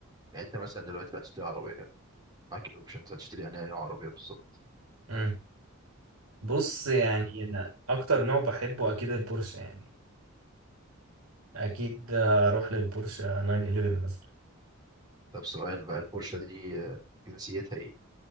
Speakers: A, on the right; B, on the right.
A: يعني أنت مثلا دلوقتي بقى تشتري عربية معاك الأوبشنز هتشتري يعني أي نوع عربية بالظبط؟
B: مم. بص يعني انا اكتر نوع بحبه اكيد البورشه يعني اكيد اروح للبورشه 911 مثلا
A: طب سؤال بقى البورشة دي آه، جنسيتها ايه؟